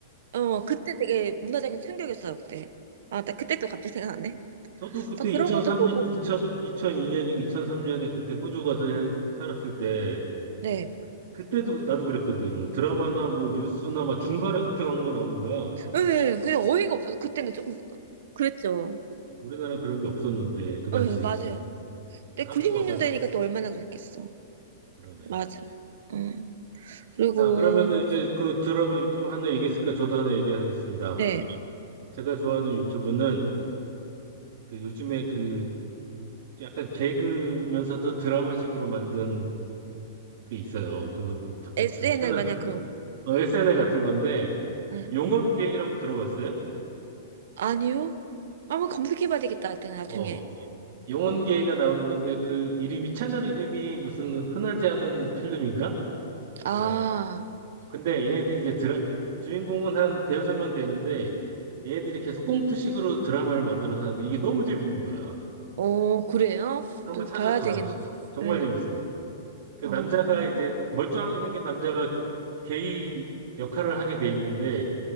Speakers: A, on the right; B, on the right.
A: 어 그때 되게 문화적인 충격이었어요 그때. 아 나 그때 또 갑자기 생각났네.
B: 저도 그때
A: 그래서 그런
B: 2003년,
A: 것도 보고
B: 2 0 0 2년인가 2003년에 그때 호주 가서 한- 살았을 때,
A: 네.
B: 그때도 그, 나도 그랬거든. 드라마나 뭐 뉴스나 막 중간에 갑자기 광고 나오는 거야. 그래서
A: 예, 그냥 어이가 없어서 그때는 조금 그랬죠.
B: 우리나라는 그런 게 없었는데, 그 당시에.
A: 어, 예, 맞아요. 근데
B: 한국
A: 96년대니까
B: 와가지고,
A: 또 얼마나 그랬겠어.
B: 그러네.
A: 맞아. 음. 그리고
B: 자, 그러면은 이제 그 드라마 유튜브 하나 얘기했으니까 저도 하나 얘기하겠습니다.
A: 네,
B: 제가 좋아하는 유튜브는 그 요즘에 그 약간 개그면서도 드라마식으로 만든 게 있어요. 그, 잠깐
A: SNL
B: 유튜브 채널
A: 마냥 그런 거.
B: 어, SNL 같은 건데,
A: 예.
B: 용원게이라고 들어봤어요?
A: 아니요? 한번 검색해봐야 되겠다. 일단 나중에.
B: 어, 용원게이가 나오는 건데, 그 이름이, 채널 이름이 무슨 흔하지 않은 필름인가?
A: 아,
B: 그래요. 근데 얘네들이 이제 드라, 주인공은 한 대여섯 명 되는데, 얘네들이 계속 꽁트식으로 드라마를 만들어서 하는데, 이게 너무 재밌는 거야.
A: 어, 그래요?
B: 한번
A: 또
B: 찾아서
A: 봐야
B: 봐요.
A: 되겠네.
B: 지- 정말
A: 네.
B: 재밌어. 그
A: 어,
B: 남자가 이제, 멀쩡하게 생긴 남자가 게이 역할을 하게 돼 있는데,